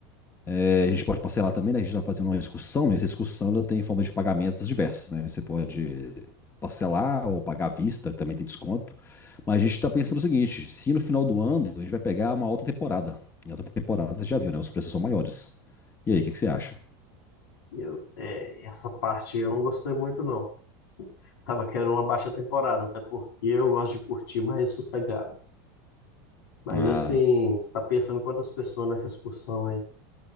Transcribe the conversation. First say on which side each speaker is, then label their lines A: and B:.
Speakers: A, on the left (about 20°); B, on the left (about 85°).
A: É, a gente pode parcelar também, né? A gente está fazendo uma excursão, e essa excursão ela tem formas de pagamentos diversas, né? Você pode parcelar ou pagar à vista, também tem desconto. Mas a gente está pensando o seguinte: se no final do ano a gente vai pegar uma alta temporada. Em alta temporada, você já viu, né? Os preços são maiores. E aí, o que que você acha?
B: E Eu, é, essa parte eu não gostei muito, não. Tava querendo uma baixa temporada, até porque eu gosto de curtir mais sossegado. Mas
A: Ah,
B: assim, você tá pensando quantas pessoas nessa excursão aí?